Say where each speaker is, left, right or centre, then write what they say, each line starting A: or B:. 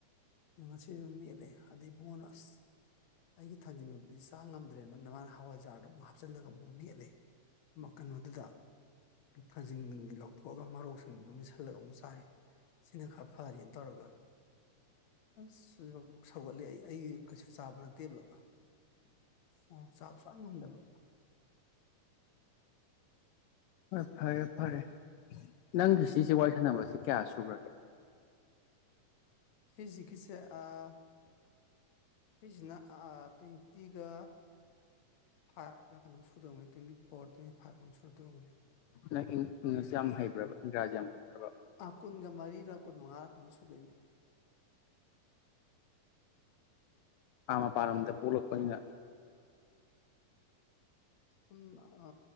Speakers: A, on the left; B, on the left.
A: ꯑꯗꯣ ꯉꯁꯤꯁꯨ ꯃꯦꯠꯂꯦ ꯑꯗꯩ ꯏꯕꯨꯡꯉꯣꯅ ꯑꯁ ꯑꯩꯒꯤ ꯊꯥꯡꯖꯤꯡ ꯃꯦꯄꯖꯤ ꯆꯥ ꯉꯝꯗ꯭ꯔꯦꯅ ꯃꯅꯥ ꯍꯋꯥꯏꯖꯥꯔꯗꯣ ꯑꯃꯨꯛ ꯍꯥꯞꯆꯤꯜꯂꯒ ꯑꯃꯨꯛ ꯃꯦꯠꯂꯦ ꯃꯈ ꯀꯩꯅꯣ ꯑꯗꯨꯗ ꯊꯥꯡꯖꯤꯡ ꯂꯧ ꯂꯧꯊꯣꯛꯑꯒ ꯃꯔꯣꯛꯁꯤꯡꯗꯨꯅ ꯃꯦꯠꯁꯤꯜꯂꯒ ꯑꯃꯨꯛ ꯆꯥꯔꯤ ꯁꯤꯅ ꯈꯔ ꯐꯔꯦꯅ ꯇꯧꯔꯒ ꯑꯁ ꯁꯧꯒꯠꯂꯤ ꯑꯩ ꯑꯩ ꯀꯩꯁꯨ ꯆꯥꯕ ꯅꯠꯇꯦꯕ ꯃꯣꯔꯣꯛ ꯆꯥꯕ ꯁꯨꯉꯝ ꯉꯝꯗꯕ
B: ꯍꯣꯏ ꯐꯔꯦ ꯐꯔꯦ ꯅꯪꯒꯤꯁ ꯁꯤꯁꯦ ꯋꯥꯔꯤ ꯁꯥꯟꯅꯕꯁꯤ ꯀꯌꯥ ꯁꯨꯈ꯭ꯔꯒꯦ
A: ꯁꯤꯁꯤꯀꯤꯁꯦ ꯑꯥ ꯁꯤꯁꯤꯅ ꯑꯥ ꯇ꯭ꯋꯦꯟꯇꯤꯒ ꯐꯥꯏꯚ ꯂ ꯀꯩꯅꯣꯝ ꯁꯨꯗꯣꯢꯅꯤ ꯇ꯭ꯋꯦꯟꯇꯤ ꯐꯣꯔ ꯇ꯭ꯋꯦꯟꯇꯤ ꯐꯥꯏꯚꯀꯨꯝ ꯁꯨ ꯑꯗꯨ ꯑꯣꯔꯝꯒꯅꯤ
B: ꯅꯪꯪ ꯏꯪ ꯢꯪꯂꯤꯁ ꯌꯥꯝ ꯍꯕ꯭ꯔꯕ ꯏꯪꯒ꯭ꯔꯥꯖꯤ ꯌꯥꯝ ꯍꯩꯕ꯭ꯔꯕ
A: ꯑꯥ ꯀꯨꯟꯒ ꯃꯔꯤꯔ ꯀꯨꯟ ꯃꯉꯥꯔ ꯀꯩꯅꯣꯝ ꯁꯨꯗꯣꯏꯅꯦ
B: ꯑ ꯃꯄꯥꯟ ꯂꯝꯗ ꯄꯣꯛꯂꯛꯄꯅꯤꯅ
A: ꯁꯨꯝ ꯑ